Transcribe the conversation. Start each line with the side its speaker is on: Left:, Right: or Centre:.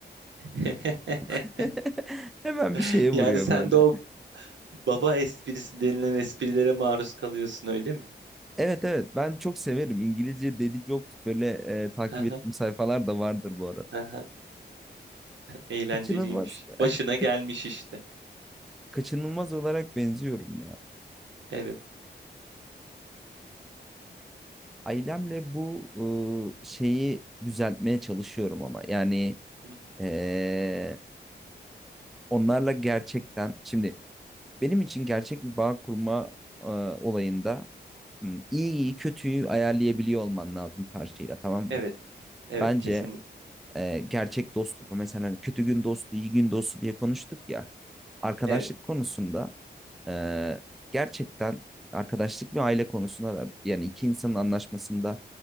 Right: <laughs>
Centre: <laughs> Hemen
Right: <laughs>
Centre: bir şeye vuruyor
Right: Yani sen
Centre: böyle.
Right: de o baba esprisi denilen esprilere maruz kalıyorsun öyle mi?
Centre: Evet evet ben çok severim. İngilizce Daily Jokes böyle e, takip
Right: Aha,
Centre: ettiğim sayfalar da vardır bu arada.
Right: aha. Eğlenceliymiş.
Centre: Kaçınılmaz <laughs>
Right: Başına
Centre: kaç-
Right: gelmiş işte.
Centre: kaçınılmaz olarak benziyorum ya.
Right: Evet.
Centre: Ailemle bu e, şeyi düzeltmeye çalışıyorum ama yani
Right: Hı,
Centre: e, onlarla gerçekten şimdi benim için gerçek bir bağ kurma e, olayında hmm, iyi iyi kötüyü ayarlayabiliyor olman lazım karşıyla tamam
Right: Evet.
Centre: mı?
Right: Evet
Centre: Bence
Right: kesinlikle.
Centre: e, gerçek dostluk mesela hani kötü gün dostu, iyi gün dostu diye konuştuk ya. Arkadaşlık
Right: Evet.
Centre: konusunda e, gerçekten arkadaşlık ve aile konusunda da yani iki insanın anlaşmasında